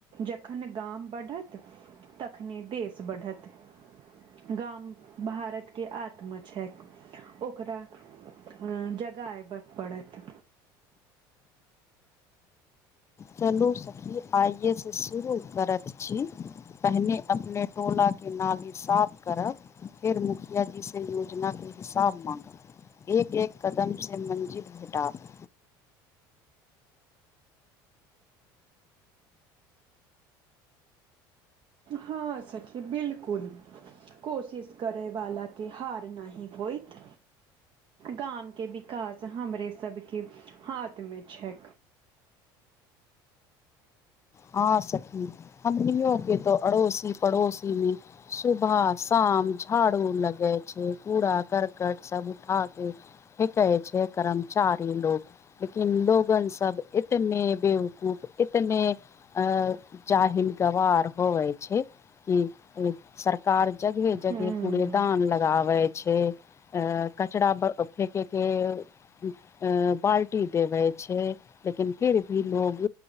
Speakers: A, on the right; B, on the left.
A: जखन गाम बढत तखने देश बढत। गाम भारतके आत्मा छैक, ओकरा अं जगाइबक परत।
B: चलू सखी आइए स शुरू करत छी। पहिने अपने टोलाके नाली साफ करब। फेर मुखियाजी से योजनाके हिसाब माँंगब। एक एक कदमसे मंजिल भेटात।
A: हँ सखी, बिलकुल। कोशिश करयवाला के, हार नहि होइत। गाम के विकास, हमरे सबके हाथ मे छै।
B: हा सखी! हम्मनियो के तो अड़ोसी पड़ोसी मे। सुबह -शाम झाड़ू लगे छै, कूड़ा करकट सब उठा के फेकै छै कर्मचारी लोक। लेकिन लोगन सब इतने बेवकूफ, इतने अ जाहिल -गवार होवै छै। कि इ सरकार जगहे -जगहे
A: हम्म
B: कूड़ेदान लगाबै छै। अ कचरा ब फेके के अ बाल्टी देबै छै, लेकिन फिर भी लोग,